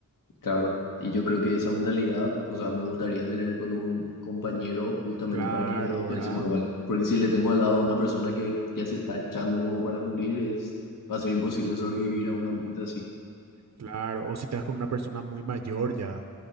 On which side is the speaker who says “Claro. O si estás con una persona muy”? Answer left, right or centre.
Right